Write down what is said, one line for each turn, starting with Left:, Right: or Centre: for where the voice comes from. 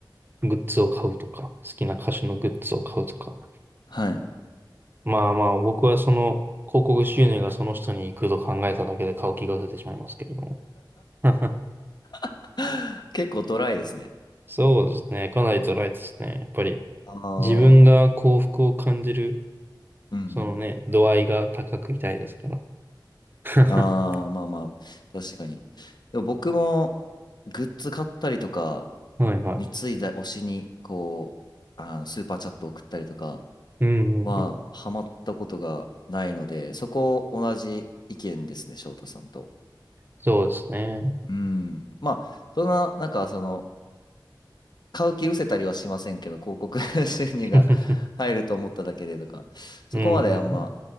Right: グッズを買うとか、好きな歌手のグッズを買うとか。
Left: はい。
Right: まあまあ、僕はその、広告収入がその人に行くと考えただけで買う気が出てしまいますけれども。<laughs>
Left: <laughs> 結構ドライですね。
Right: そうですね。かなりドライですね。やっぱり、
Left: ああ、
Right: 自分が幸福を感じる、
Left: うんうん。
Right: そのね、度合いが高くいたいですから。<laughs>
Left: ああ、まあまあ、確かに。でも僕もグッズ買ったりとか、
Right: はいはい。
Left: 貢いだ推しに、こう、あのスーパーチャット送ったりとか
Right: うんうんうん。
Left: は、ハマったことがないので、そこ同じ意見ですね、翔太さんと。
Right: そうですね。
Left: うん。まあ、そんな、なんか、その、買う気失せたりはしませんけど、広告 <laughs> 収入が入ると思っただけでとか、
Right: <laughs>
Left: そこまであんま
Right: うんうん。